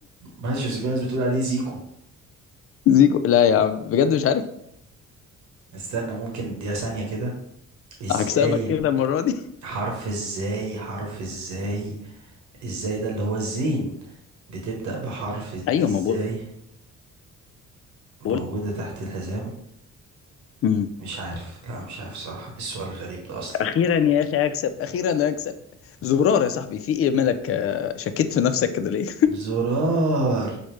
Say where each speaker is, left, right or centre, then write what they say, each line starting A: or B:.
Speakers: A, on the right; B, on the left.
A: ماشي بس في ناس بتقول عليه زيكو
B: زيكو لا يا عم بجد مش عارف
A: استنى ممكن اديها ثانية كده ازاي
B: هكسبك كده المرة دي
A: حرف ازاي حرف ازاي ازاي ده اللي هو الزين بتبدأ بحرف ازاي
B: ايوه ما بقول
A: موجودة
B: بقول
A: تحت الحزام
B: مم.
A: مش عارف لا مش عارف صراحة إيه السؤال الغريب ده أصلا
B: أخيرا يا أخي أكسب أخيرا أكسب زرار يا صاحبي في إيه مالك آه، شكيت في نفسك كده ليه
A: زرار